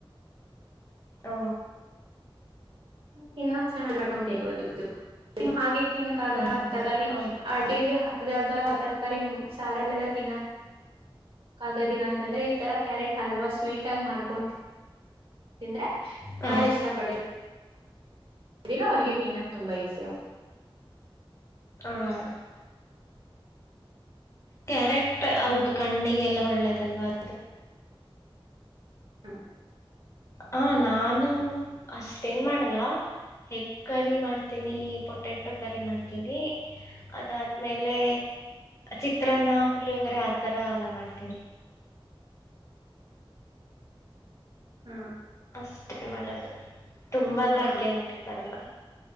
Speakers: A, on the left; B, on the right.
A: ಹ
B: ತಿನ್ನೋಕ್ ಚೆನ್ನ ಅಡ್ಕೊಂಡ ತಿನ್ಬದು ಹಾಗೆ ತಿನ್ನಕ್ಕಾಗಲ್ಲ
A: ಹ ಹಾ
B: ತರಾರಿ
A: ಹಾ ಹೌದು
B: <unintelligible> ಅಗೆ ಹಾಗ ತರಕಾರಿ ಸಾರಲ್ಲಲ್ಲಾ ತಿನ್ನಾಕ್ <inaudible> ಆಗೋದಿಲ್ಲ ಅಂದ್ರೆ ಈ ತರ ಕ್ಯಾರೆಟ್ ಹಲ್ವ ಸ್ವೀಟ್ ಆಗ ಮಾಡ್ಕೊಂಡ ತಿಂದ್ರೆ
A: ಹ
B: ಯಾರ ಇಷ್ಟ ಪಡ ಅದಿಲ್ಲ ಅವ್ರರಿಗೆ ತಿನ್ನಕ್ ತುಂಬ ಈಸಿ ಆಗು
A: ಹಾ ಕ್ಯಾರೆಟ್
B: ಹ್ಮ್
A: ಹೌದು ಕಣ್ಣಿಗೆಲ್ಲ
B: ಹ್ಮ್
A: ಒಳ್ಳೇದಲ್ವಾ ಅದ
B: ಹ್ಮ
A: ಹ ನಾನು ಅಷ್ಟೇನ್ ಮಾಡಲ್ಲ ಹೆಗ್ ಕರಿ ಮಾಡ್ತೀನಿ ಪೊಟೆಟೊ ಕರಿ ಮಾಡ್ತೀನಿ. ಅದಾದ್ಮೇಲೆ ಚಿತ್ರಾನ್ನ ಪುಳಿಯೋಗರೆ ಆತರ ಎಲ್ಲ ಮಾಡ್ತೀನಿ
B: ಹ್ಮ
A: ಅಷ್ಟೇ ಮಾಡದು ತುಂಬಲ್ಲ
B: ಹ್ಮ್
A: ಅಡ್ಗೆ ಮಾಡ್ಲಿಕ್ ಬರಲ್ಲ